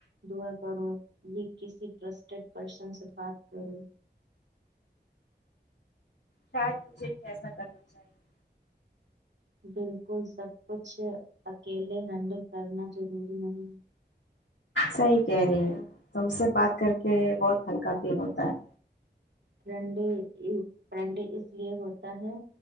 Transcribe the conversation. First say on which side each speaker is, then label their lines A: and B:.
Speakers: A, on the right (about 75°); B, on the left (about 80°).
A: دعا کرو یہ کسی ٹرسٹیڈ پرسن سے بات کرو
B: شاید مجھے بھی ایسا کرنا چاہیے
A: بالکل سب کچھ اکیلے ہینڈل کرنا ضروری نہیں
B: صحیح کہہ رہی ہیں تم سے بات کر کے بہت ہلکا فیل ہوتا ہے
A: فرینڈلی فرینڈلی اس لیے ہوتا ہے